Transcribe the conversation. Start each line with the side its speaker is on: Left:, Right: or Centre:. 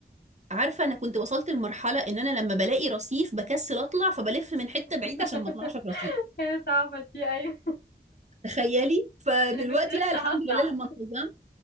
Right: عارفة انا كنت وصلت لمرحلة ان انا لما بلاقي رصيف بكسل اطلع فبلف من حتة بعيدة
Left: <laughs>
Right: عشان ما اطلعش في رصيف
Left: هي صعبه دي ايوه
Right: تخيلي فدلوقتي
Left: انا مش لسه
Right: لا الحمد
Left: هطلع
Right: لله لما انتظمت